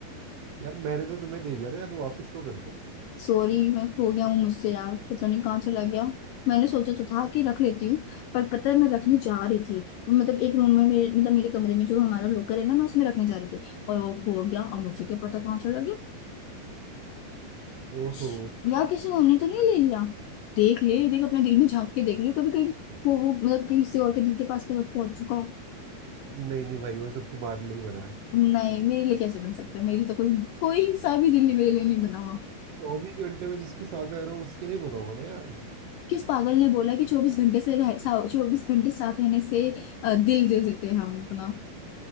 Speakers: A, on the right (about 85°); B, on the left (about 85°).
A: यार मैंने तो तुम्हें दे दिया ना यार, तो वापस तो कर दो
B: सॉरी मैं खो गया हूँ मुझसे यार पता नहीं कहाँ चला गया मैंने सोचा तो था कि रख लेती हूँ पर पता है मैं रखने जा रही थी मतलब एक रूम में मेरे मतलब मेरे कमरे में जो हमारा लॉकर है ना मैं उसमें रखने जा रही थी और वो खो गया और मुझे क्या पता कहाँ चला गया
A: ओहो
B: छी, यार किसी और ने तो नहीं ले लिया देख ले देख अपने दिल में झांक के देख ले कभी कहीं खो वो मतलब किसी और के दिल के पास पहुंच पहुंच चुका हो
A: नहीं नहीं भाई वो सब तुम्हारे लिए ही बना है
B: नहीं मेरे लिए कैसे बन सकता है मेरे लिए तो कोई कोई सा भी दिल नहीं मेरे लिए नहीं बना हुआ
A: चौबीस घंटे में जिसके साथ रह रहा हूँ उसके लिए बना होगा ना यार
B: किस पागल ने बोला कि चौबीस घंटे से रह चौबीस घंटे साथ रहने से अ, दिल दे देते हैं हम अपना